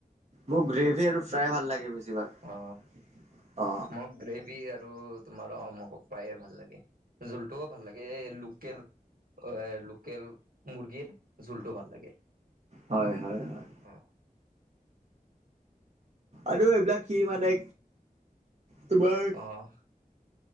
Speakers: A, on the right; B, on the right.
A: মোক গ্ৰেভি আৰু ফ্ৰাই ভাল লাগে বেছিভাগ।
B: অ
A: অ
B: মোক গ্ৰেভি আৰু তোমাৰ অ মোক ফ্ৰাই ভাল লাগে। জোলটোও ভাল লাগে এ লোকেল। অ লোকেল মুৰ্গীৰ জোলটো ভাল লাগে।
A: হয় হয় হয়
B: অঁ
A: আৰু এইবিলাক কি মানে তোমাৰ
B: অঁ